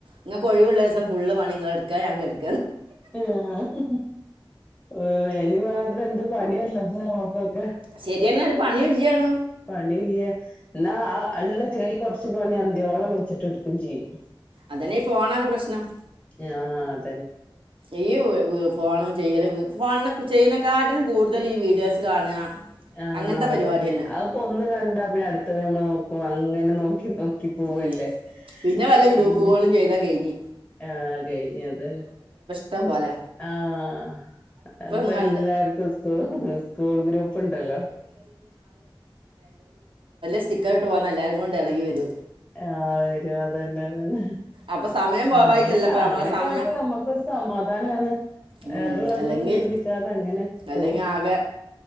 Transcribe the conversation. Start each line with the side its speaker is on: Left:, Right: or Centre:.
Right: ഇങ്ങക്ക് ഒഴിവുള്ള ദിവസം ഫുള്ള് പണി നിങ്ങൾ എടുക്കാ ഞാൻ കിടക്കും
Left: ആ ഹ് ഹ് വേല മാതം എന്ത് പണിയാ ഉള്ളത് ആവോ മ്
Right: ശരിയെന്നെ ഒരു പണിയില്ലാണ്
Left: പണിയില്ല എന്നാ ആ അതിനുള്ള കുറച്ചു പണി അന്തിയോളം വെച്ചിട്ട്ടുക്കയും ചെയ്യും
Right: അതന്നെ ഈ ഫോണാണ് പ്രശ്നം
Left: ആ് അ
Right: ഈ ഹ് ഫോണും ചെയ്യലും ഫോണ് ചെയ്യുന്നെക്കാട്ടിനും കൂടുതൽ ഈ വീഡിയോസ് കാണുക
Left: ആ
Right: അങ്ങനത്തെ
Left: അതന്നെ
Right: പരിപാടി തന്നെ
Left: അവൾക്ക് ഒന്ന് കണ്ട പിന്നെ അടുത്തത് എന്നെ നോക്കും ഓ അങ്ങനെ നോക്കി നോക്കി പോവല്ലേ
Right: ഉം. പിന്നെ വല്ല
Left: പിന്നെ
Right: ഗ്രൂപ്പ് കോളും ചെയ്താൽ കഴിഞ്ഞ്
Left: ആഹ് കഴിഞ്ഞ അതന്നെ
Right: ഇ പോലെ
Left: ആഹ് അപ്പൊ
Right: ല്ല
Left: എല്ലാർക്കും സ്കൂ സ്കൂൾ ഗ്രൂപ്പ് ഉണ്ടല്ലോ
Right: സ്റ്റിക്കർ ഇട്ട് പോന്ന എല്ലരും കൊണ്ട് ഇളികെ വരും
Left: ആഹ വരും അതന്നെ അതന്നെ
Right: അപ്പം സമയം പോവായിട്ടല്ല
Left: അങ്ങനെയൊക്കെ
Right: അപ്പം
Left: അങ്ങനെയൊക്കെ
Right: നമ്മളെ സമയം
Left: ആയപ്പോ നമ്മക്കരു സമാധാനമാണ്
Right: ഉം,
Left: വേറെള്ളതൊന്നും
Right: അല്ലെങ്കിൽ
Left: ചിന്തിക്കാതെ അങ്ങനെ
Right: അല്ലെങ്കിൽ
Left: പോകും
Right: ആകെ